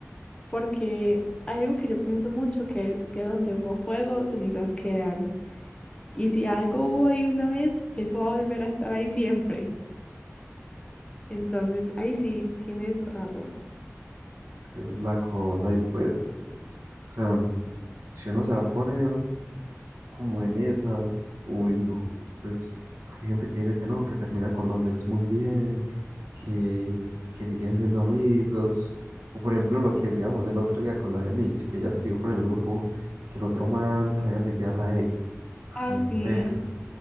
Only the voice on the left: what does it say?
porque hay algo que yo pienso mucho que es que donde hubo fuego, cenizas quedan. Y si algo hubo ahí una vez, eso va a volver a estar ahí siempre. Entonces, ahí sí tienes razón.
Ah,
sí,